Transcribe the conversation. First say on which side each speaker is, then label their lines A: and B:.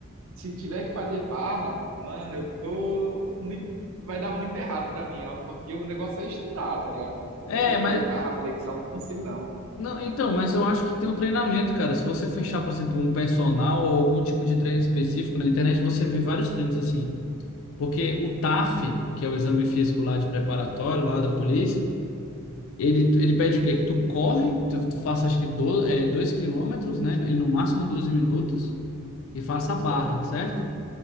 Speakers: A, on the right (about 65°); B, on the left (about 65°).
A: Se tiver que fazer barra, mano, eu tô muito. Vai dar muito errado pra mim, ó, porque o negócio é estudar, tá ligado?
B: é,
A: Vai ter que
B: mas
A: fazer barra, flexão, não consigo não.
B: Não, então, mas eu acho que tem um treinamento, cara. Se você fechar, por exemplo, um personal ou algum tipo de treino específico na internet, você vê vários treinos assim. Porque o TAF, que é o exame físico lá de preparatório, lá da polícia, ele, ele pede o quê? Que tu corre, tu, tu faça acho que do, é, dois quilômetros, né? E no máximo 12 minutos, e faça
A: Certo,
B: a barra, certo?